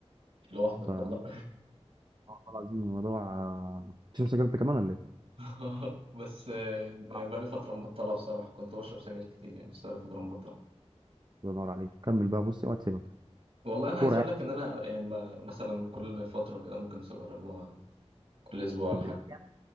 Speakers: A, on the right (about 60°); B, on the right (about 40°).
A: لوحدك
B: ف
A: والله
B: والله العظيم الموضوع آه، تشرب سجاير انت كمان ولا ايه؟
A: <laughs> بس آه،
B: آه.
A: بقالي فتره مبطله بصراحه كنت بشرب سجاير كتير يعني بس بقالي فتره مبطله
B: الله ينور عليك كمل بقى بص اوعى تسيبها
A: والله انا
B: كورة
A: عايز اقول
B: يعني
A: لك ان انا يعني ب- مثلا كل فتره كده ممكن سيجاره اللي هو كل اسبوع
B: فاكر؟
A: ولا حاجه
B: يعني.